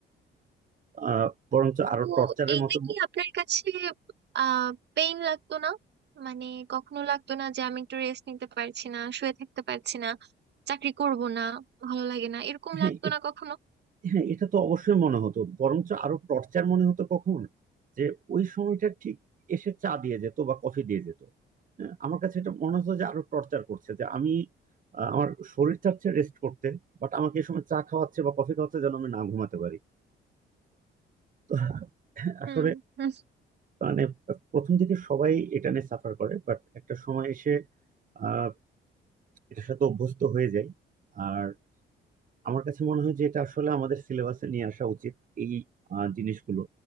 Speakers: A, on the right; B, on the right.
A: আহ বরঞ্চ আরো
B: তো
A: টর্চারের
B: এইটা
A: মতো
B: কি
A: ম-
B: আপনার কাছে আহ পেইন লাগতো না মানে কখনো লাগতো না যে আমি একটু রেস্ট নিতে পারছি না শুয়ে থাকতে পারছি না চাকরি করব না ভালো লাগে না এরকম
A: হ্যাঁ
B: লাগতো
A: এ-
B: না কখনো
A: হ্যাঁ এটা তো অবশ্যই মনে হতো বরঞ্চ আরো টর্চার মনে হতো কখন যে ওই সময়টা ঠিক এসে চা দিয়ে যেত বা কফি দিয়ে যেত হ্যাঁ, আমার কাছে এটা মনে হতো যে আরো টর্চার করছে যে আমি আহ, আমার শরীর চাচ্ছে রেস্ট করতে বাট আমাকে এই সময় চা খাওয়াচ্ছে বা কফি খাওয়াচ্ছে যেন আমি না ঘুমাতে পারি তো আসলে
B: হুম হুম,
A: মানে প্রথম দিকে সবাই এটা নিয়ে সাফার করে বাট একটা সময় এসে আহ এটার সাথে অভ্যস্ত হয়ে যায় আর আমার কাছে মনে হয় যে এটা আসলে আমাদের সিলেবাসে নিয়ে আসা উচিত এই আহ, জিনিসগুলো